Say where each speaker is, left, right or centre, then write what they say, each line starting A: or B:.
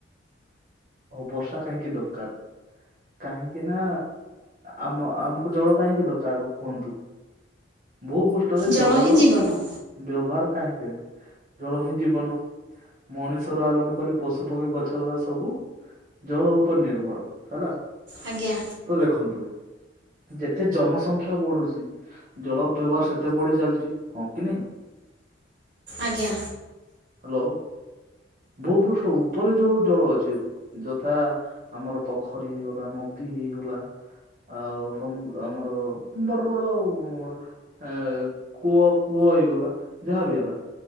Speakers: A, on the right; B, on the right.
A: ଓ ବର୍ଷା କାହିଁକି ଦରକାର? କାହିଁକି ନା ଆମ ଆମକୁ ଜଳ କାହିଁକି ଦରକାର ଆଗ କୁହନ୍ତୁ? ଭୂପୃଷ୍ଠରେ
B: ଜଳ
A: ଜଳର
B: ହିଁ ଜୀବନ
A: ବ୍ୟବହାର କାହିଁକି ଜଳ ହିଁ ଜୀବନ ମଣିଷ ର ଆରମ୍ଭ କରି ପଶୁ ପକ୍ଷୀ ଗଛ ଲତା ସବୁ ଜଳ ଉପରେ ନିର୍ଭର ହେଲା।
B: ଆଜ୍ଞା
A: ତ ଦେଖନ୍ତୁ ଯେତେ ଜନସଂଖ୍ୟା ବଢୁଛି ଜଳ ବ୍ୟବହାର ସେତେ ବଢ଼ି ଚାଲିଛି ହଁ କି ନାଇଁ?
B: ଆଜ୍ଞା।
A: ହ୍ୟାଲୋ ଭୂପୃଷ୍ଠ ଉପରେ ଯୋଉ ଜଳ ଅଛି ଯଥା ଆମର ପୋଖରୀ ହେଇଗଲା ନଦୀ ହେଇଗଲା ଆଉ ସମୁ ଆମର ବଡ ବଡ ଉଁ ଅ କୂଅ କୂଅ କୂଅ ହେଇଗଲା ଯାହା ବି ହେଲା